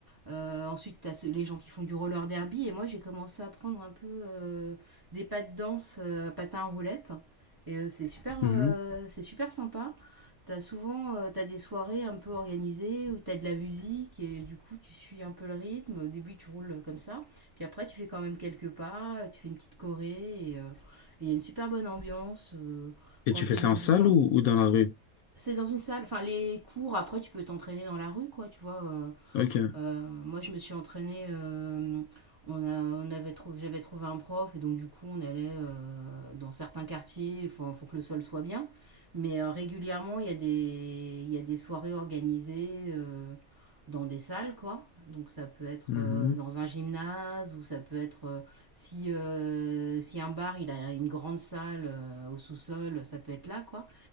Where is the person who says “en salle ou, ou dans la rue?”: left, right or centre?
Left